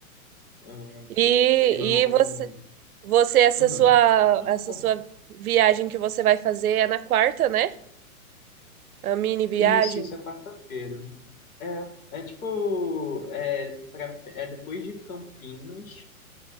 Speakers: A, on the left; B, on the right.
A: Ah,
B: E,
A: eu não.
B: e você, você, essa
A: Uhum.
B: sua,
A: Não,
B: essa
A: pode falar.
B: sua viagem que você vai fazer é na quarta, né? A mini viagem?
A: Isso, isso é quarta-feira. É, é tipo, é, pra, é depois de Campinas.